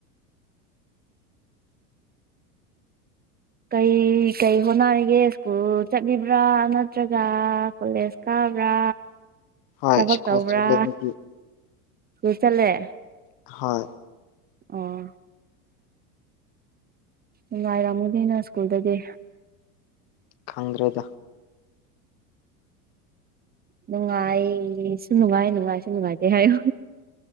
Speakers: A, on the right (about 20°); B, on the left (about 55°).
A: ꯀꯩ ꯀꯩ ꯍꯣꯠꯅꯔꯤꯒꯦ ꯁ꯭ꯀꯨꯜ ꯆꯠꯂꯤꯕ꯭ꯔꯥ ꯅꯠꯇ꯭ꯔꯒ ꯀꯣꯂꯦꯖ ꯀꯥꯕ꯭ꯔꯥ
B: ꯍꯣꯏ
A: ꯊꯕꯛ
B: ꯁ꯭ꯀꯨꯜ
A: ꯇꯧꯕ꯭ꯔꯥ
B: ꯆꯠꯂꯦ ꯑꯩꯗꯤ
A: ꯁ꯭ꯀꯨꯜ ꯆꯠꯂꯦ
B: ꯍꯣꯏ
A: ꯑꯣ ꯅꯨꯡꯉꯥꯢꯔꯝꯒꯅꯤꯅ ꯁ꯭ꯀꯨꯜꯗꯗꯤ
B: ꯈꯪꯗ꯭ꯔꯦꯗ
A: ꯅꯨꯡꯉꯥꯢꯁꯨ ꯅꯨꯡꯉꯥꯢ ꯅꯨꯡꯉꯥꯢꯁꯨ ꯅꯨꯡꯉꯥꯢꯇꯦ ꯍꯥꯢꯌꯣ